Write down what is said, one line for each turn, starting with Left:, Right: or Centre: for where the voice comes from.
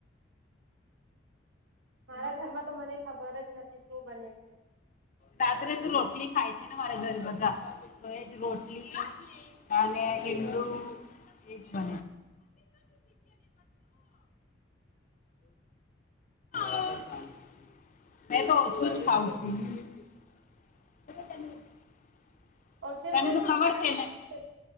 Right: મારા ઘરમાં તો મને ખબર જ નથી શું બને છે
Left: રાત્રે તો રોટલી ખાય છે ને મારા ઘરે બધા તો એજ રોટલી તને એડું એ જ છે <unintelligible> મે તો ઓછું જ ખાવઉં છું તને <unintelligible>
Right: ઓછું
Left: તને
Right: ઓછું
Left: તો ખબર
Right: ખાય
Left: છે ને